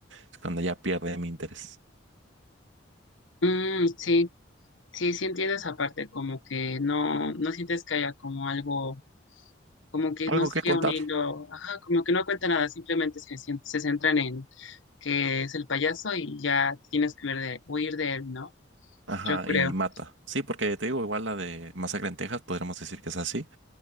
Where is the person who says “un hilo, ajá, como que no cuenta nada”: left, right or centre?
Left